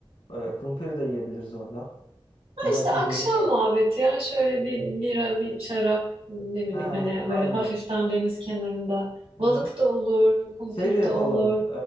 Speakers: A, on the left; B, on the right.
A: Ee, kumpiri de yiyebiliriz orada.
B: ha
A: Güzel
B: işte
A: kumpirleri
B: akşam
A: var.
B: muhabbeti ya. Şöyle bir bira, bir şarap ne bileyim
A: He,
B: hani
A: aynen.
B: böyle hafiften deniz kenarında. Balık
A: Aha.
B: da olur, kumpir
A: Şey de yapalım.
B: de olur.